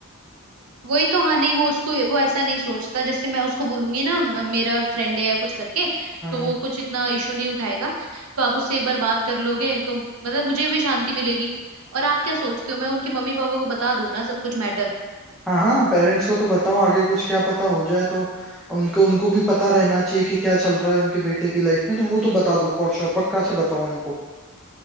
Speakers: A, on the right; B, in the centre.
A: वही तो हाँ नहीं वो उसको वो ऐसा नहीं सोचता जैसे मैं उसको बोलूंगी ना म- मेरा फ्रेंड है या कुछ करके
B: हम्म
A: तो वो कुछ इतना इशू नहीं उठाएगा तो आप उससे एक बार बात कर लोगे तो मतलब मुझे भी शांति मिलेगी और आप क्या सोचते हो मैं उनके मम्मी पापा को बता दूं ना सब कुछ मैटर
B: हाँ हाँ पेरेंट्स को तो बताओ आगे कुछ क्या पता हो जाए तो उनको उनको भी पता रहना चाहिए कि क्या चल रहा है उनके बेटे की लाइफ में तो वो तो बता दो फॉर श्योर पक्का से बताओ उनको